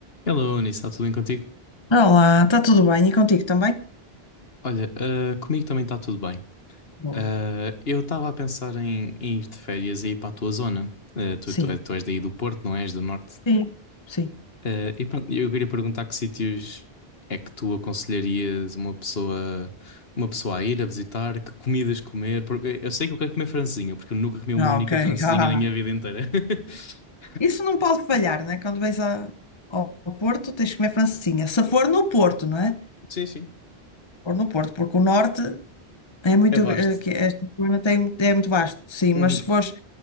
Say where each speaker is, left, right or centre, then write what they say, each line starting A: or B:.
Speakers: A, on the left (about 70°); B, on the left (about 25°).
A: Hello, Anis, está tudo bem contigo?
B: Olá, está tudo bem? E contigo também?
A: Olha, ah, comigo também está tudo bem.
B: Boa.
A: Ah, eu estava a pensar em, em ir de férias e ir para a tua zona. Ah, tu,
B: Sim,
A: tu, tu és daí do Porto, não és? Do Norte.
B: Sim. sim.
A: Ah, e pronto, eu queria perguntar que sítios é que tu aconselharias uma pessoa, uma pessoa a ir a visitar, que comidas comer, porque eu sei que eu quero comer francesinha, porque eu nunca comi uma
B: Ah,
A: única
B: ok. <laughs>
A: francesinha
B: Ah.
A: na minha vida inteira. <laughs>
B: Isso não pode falhar, né? Quando vais a- ao ao Porto, tens que comer francesinha. Se for no Porto, não é?
A: Sim, sim,
B: For no Porto, porque o norte é muito.
A: é vasto.
B: eh, que Esta zona tem, é muito vasto, sim. Mas
A: Uhum,
B: se fores,